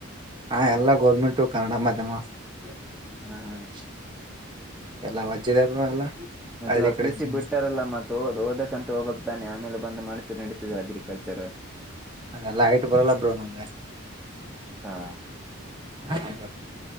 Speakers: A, on the right (about 20°); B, in the centre.
A: ಹಾ ಎಲ್ಲಾ ಗೌರ್ಮೆಂಟು ಕನ್ನಡ ಮಾಧ್ಯಮ <unintelligible>
B: ಹಾ ಹಾ
A: ಎಲ್ಲಾ ವಜ್ಜಿದೆ ಬ್ರೊ ಎಲ್ಲಾ.
B: ಮತ್ತೆ
A: ಹಳ್ಳಿ
B: ಇವಗ್
A: ಕಡೆ
B: ಪೀ ಸಿ
A: ಜೀವನ
B: ಬಿಟ್ಟಾರಲ್ಲ ಮತ್ತೋಗದು ಓದಕಂತ ಹೋಗಬಕ್ ತಾನೆ ಆಮೇಲೆ ಬಂದ್ ಮಾಡ್ ತಿ ನಡೀತಿದೆ ಅಗ್ರಿಕಲ್ಚರ್ರ
A: ಅದೆಲ್ಲ ಹೈಟ್ ಬರಲ್ಲ ಬ್ರೋ ನಮ್ಗೆ <unintelligible>
B: ಹಾ
A: ಹ ಬ್ರೋ